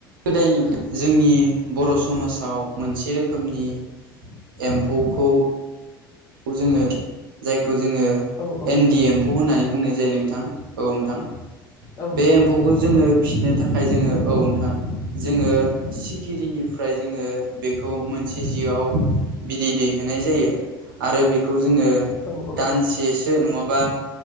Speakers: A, on the right; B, on the left.
A: गोदायनिफ्राय जोंनि बर' समाजाव मोनसे रोखोमनि। एम्फौखौ। खौ जोङो जायखौ जोङो
B: औ औ
A: एन डि एमफ होननानै। बुंनाय जायो नोंथां औ नोंथां
B: औ
A: बे
B: नंगौ
A: एम्फौखौ
B: नोंथां
A: जोङो फ बेनो थाखाय जोङो औ नोंथां जोङो सिखिरिनिफ्राय जोङो बेखौ मोनसे बिदै दैयहोनाय जायो आरो जो
B: औ औ
A: दसे नङाबा